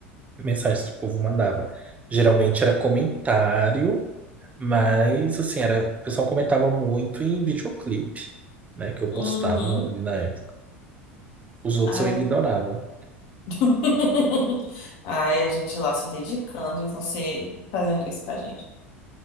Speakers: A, on the right; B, on the left.
A: mensagens que o povo mandava. Geralmente era comentário, mas, assim, era, o pessoal comentava muito em videoclipe, né? Que eu
B: Uhum.
A: postava ali na época. Os outros
B: Ai...
A: eu ignorava.
B: <laughs> Ai, a gente lá se dedicando e você fazendo isso pra gente.